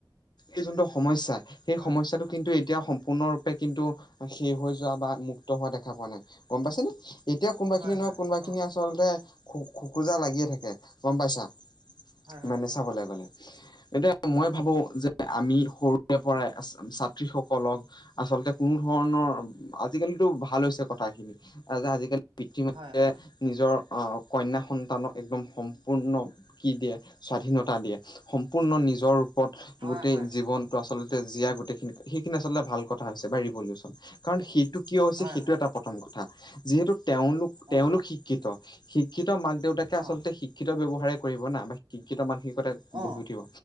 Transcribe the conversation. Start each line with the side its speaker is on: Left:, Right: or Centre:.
Left: এই যোনটো সমস্যা সেই
Right: হয়
Left: সমস্যাটো কিন্তু এতিয়া
Right: উম
Left: সম্পূৰ্ণ ৰূপ কিন্তু শেষ হৈ যোৱা বা মুক্ত হোৱা দেখা পোৱা নাই গম পাইছেনে। এতিয়া কোনোবা
Right: হয়
Left: খিনি নহয়
Right: হয়
Left: কোনোবা খিনি
Right: অ
Left: আচলতে খো- খোকোজা লাগিয়ে থাকে গম পাইছা।
Right: হয় হয়
Left: মানে চাবলৈ গ'লে এতিয়া মই ভাবো, যে আমি সৰুৰে পৰাই ছাত্ৰীসকলক আচলতে কোনো ধৰণৰ আজিকালিতো ভাল হৈছে কথা খিনি আজিকালি পিতৃ-মাতৃয়ে
Right: হয় হয়
Left: নিজৰ আহ কন্যা সন্তানক একদম সম্পূৰ্ণ কি দিয়ে স্বাধীনতা দিয়ে সম্পূৰ্ণ নিজৰ ৰূপৰত
Right: হয়
Left: গোটেই
Right: হয় হয়
Left: জীৱনতটো আচলতে জীয়া- গোটেইখিনি সেইখিনি আচলতে ভাল কথা হৈছে বা ৰিভলিউচন কাৰণ সেইটো কিয় হৈছে
Right: হয়
Left: সেইটো
Right: হয়
Left: এটা প্ৰথম কথা যিহেতু তেওঁলোক তেওঁলোক
Right: অ
Left: শি শিক্ষিত শিক্ষিত মাক দেউতাকে
Right: অ
Left: আচলতে শিক্ষিত ব্যৱহাৰে কৰিব না বা শিক্ষিত মানসিকতা গঢ়ি
Right: অ
Left: উঠিব